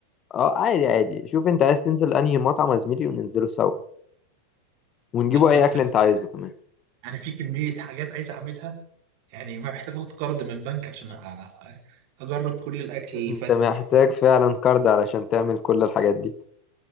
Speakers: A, on the left (about 30°); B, on the right (about 45°).
A: اه عادي عادي شوف انت عايز تنزل انهي مطعم يا زميلي وننزله سوا ونجيبوا
B: لا ما
A: اي
B: انت
A: اكل انت عايزه كمان
B: انا في كمية حاجات عايز اعملها يعني ما محتاج اخد قرض من بنك عشان أ... أ- اجرب كل الاكل اللي
A: انت
B: فاتني
A: محتاج فعلا كارد علشان تعمل كل الحاجات دي